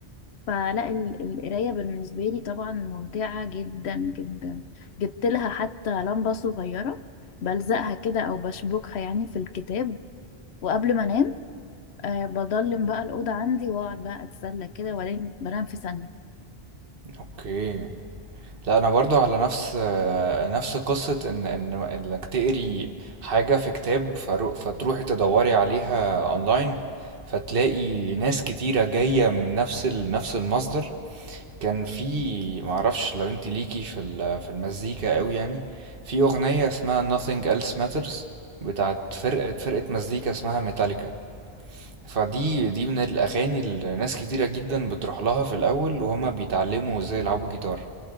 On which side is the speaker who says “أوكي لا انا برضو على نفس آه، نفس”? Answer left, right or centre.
Right